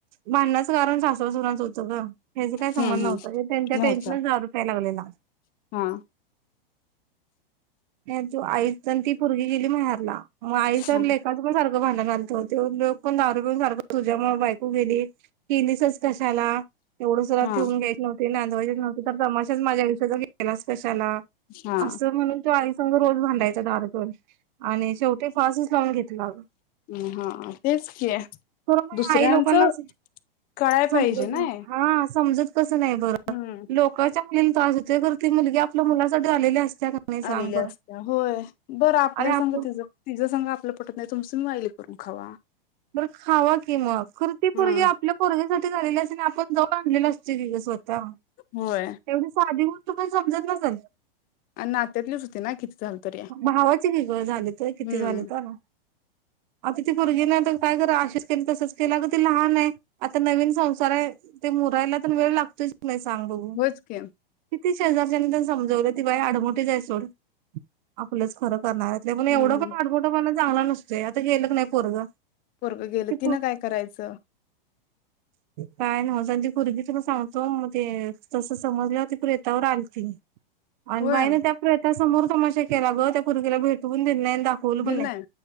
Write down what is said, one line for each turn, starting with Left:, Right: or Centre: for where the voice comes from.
Right: भाडण्याचं कारण सासव सुणांच होतं ग हे कही संबद
Left: हम्म
Right: न
Left: हम्म
Right: त्यांच्या
Left: नव्हता
Right: टेनशन दरू प्यायला लागलेला
Left: हा
Right: त्या चु आईच ती पोरगी गेली माहेरला मग आईचा
Left: हा
Right: लेकाचा पण सारख तो भांडणर तो तेव्ह लोक पण दारू पिऊन सारखं तुझ्यामुळे बायकू गेली की केलीस कशाला एवढं सुद्धा
Left: हा
Right: ठेवून घ्याची व्हती नांदव्हायचं नव्हत तर तमाशा माझ्या आयुष्याचा केला च कशाला त्याला
Left: हा
Right: अस म्हणून तो आई संग रोज भांडायचा दारु पिऊन आणि शेवटी फास च लावून घेतला
Left: म हा तेच कि
Right: खरं मग
Left: दुसऱ्यांचं
Right: आई लोकांनाच
Left: कळाय
Right: समजत
Left: पाहिजे नाय
Right: हा समजत कस नाही बर
Left: हम्म
Right: लोकाच्या मुलीला त्रास देतोय ती मुलगी आपल्या मुलासाठी आलेली असत्या का नाही सांग
Left: आलेल्या
Right: बरं
Left: असत्या होय बरं आपल्या
Right: आणि आपण
Left: सांग ति तिझं सांग आपलं पटत नाही तुमच तुम्ही माया लेकरं करून खावा
Right: बर खावा की मग खर ती
Left: हम्म
Right: पोरगे आपल्या पोरग्यासाठीठी झालेली अस आपण जाऊ आणलेल असत लिवलेले स्वतः
Left: होय
Right: तेवढी साधी गोष्ट पण समजत नसल
Left: आणि नात्यातलीच होती ना किती झालं तरी
Right: भावाची की ग झाले तय
Left: हम्म
Right: किती झाली तर ती पुरगी काय कर अशीच केली तसच केला ग त लहान आहे आता नवीन संसार आहे ते मुरायला तर वेळ लागतोच का न्हाई सांग बघू
Left: होयच की
Right: किती शेजारच्यानी त्या समजवलं तेि बाय आडमोटे हाय सोड आपलंच खरं करणारत म्हण
Left: हम्म
Right: एवढं
Left: हम्म
Right: पण आडबोटं पण चांगला नसतोय आता गेलं नाही पोरग
Left: पोरग गेलं
Right: ते
Left: तिनं काय करायचं
Right: काय नव्हच ती पुरगी तुला सांगतो मग ते तसं समजली होती प्रेतावर आलती आणि
Left: होय
Right: बाईने त्या प्रयत्समोर तमाशा केला ग त्या पुरगीला भेटवून पण दिल नाही दाखवल
Left: दिल
Right: पण
Left: नाही